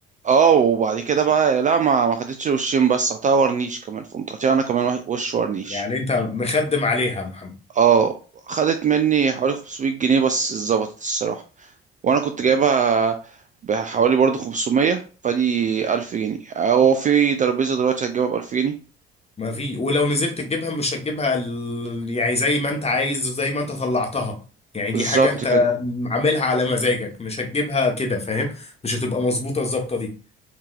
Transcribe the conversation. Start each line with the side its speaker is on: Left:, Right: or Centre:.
Right: اه وبعد كده بقى لا ما ما خدتش وشين بس قطعتها ورنيش كمان فقمت قاطعها أنا كمان وح- وش ورنيش
Left: يعني انت مخدم عليها يا محمد
Right: اه خدت مني حوالي 500 جنيه بس اتظبطت الصراحة وأنا كنت
Left: مم.
Right: جايبها بحوالي برضه 500 فدي 1000 جنيه هو في ترابيزة دلوقتي هتجيبها بألف جنيه
Left: ما في ولو نزلت تجيبها مش هتجيبها ال- يعني زي ما انت عايز زي ما انت طلعتها يعني
Right: بالظبط
Left: دي حاجة انت
Right: كده
Left: عاملها على مزاجك مش هتجيبها كده فاهم مش هتبقى مظبوطة الظبطة دي